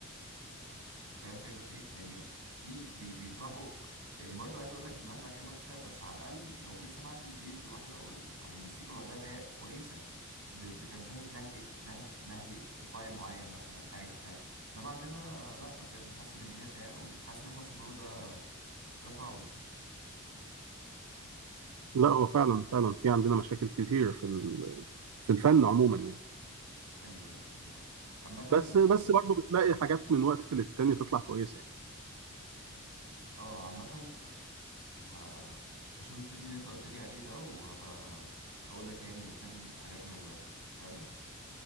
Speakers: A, on the right (about 65°); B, on the right (about 85°).
A: فاهم الفكره في ايه يعني في بي بيطرحوا يعني برضو عايز اقول لك ان مهما كان وحشه بس على الاقل لو جيت سمعت البيز لوحده او ال- او الموسيقى لوحدها فهي كويسه ب- بتنتهج نهج نهج نهج ايقاعي معين مثلا حاجه بتاع انما عندنا لا بجد حاسس ان الدنيا سيئه قوي حاسس ان احنا وصلنا له ده حاجه صعبه
B: لا هو فعلا فعلا في عندنا مشاكل كتير في ال- في الفن عموما يعني
A: ايوه ايوه فاهم قصدك عامه
B: بس بس برضه بتلاقي حاجات من وقت للتاني تطلع كويسة يعني
A: اه عامه آه، ه- هشوف الفيلم اللي انت قلت لي عليه ده وهبقى اقول لك يعني اذا كان عجبني ولا لا فعلا